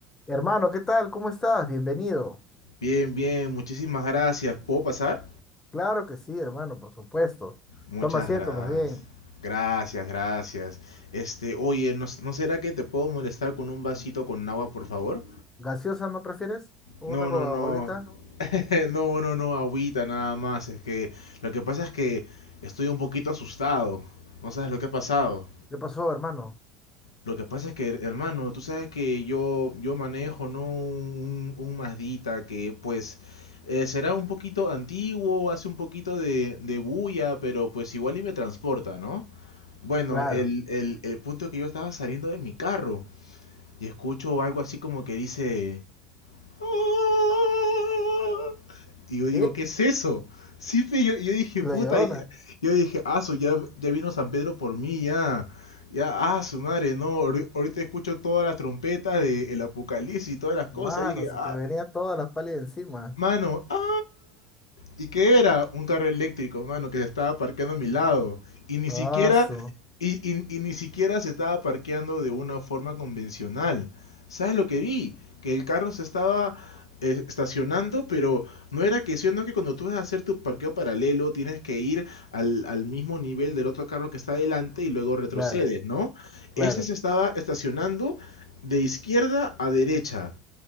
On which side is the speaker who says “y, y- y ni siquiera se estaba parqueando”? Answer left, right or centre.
Left